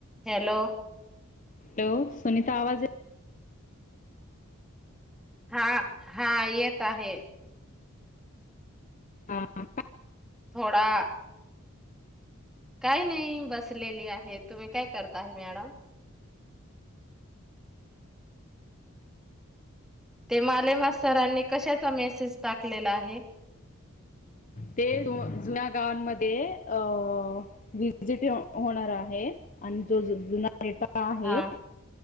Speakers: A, in the centre; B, on the left.
A: Hello
B: hello Sunita आवाज येत
A: हा हा येत आहे
B: हा ह
A: थोडा काय नाही बसलेली आहे तुम्ही काय करताय मॅडम ते मालेमा सरांनी कशाचा मेसेज टाकलेला आहे
B: ते जुन्या गावांमध्ये अ विजिट होणार आहे आणि जो जुना पलका आहे
A: हा